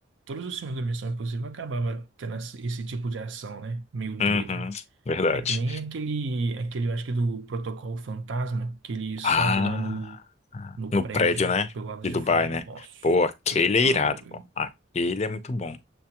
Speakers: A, on the right; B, on the left.
A: todos os filmes da Missão Impossível acabava tendo esse esse tipo de ação, né? Meio
B: Uhum.
A: doido.
B: Verdade.
A: É que nem aquele, aquele, eu acho que do Protocolo Fantasma, que ele sobe
B: Ah.
A: lá no no
B: no
A: prédio,
B: prédio, né?
A: pelo lado
B: De
A: de
B: Dubai,
A: fora.
B: né?
A: Nossa,
B: Pô, aquele
A: você tá
B: é irado,
A: doido.
B: pô. Aquele é muito bom.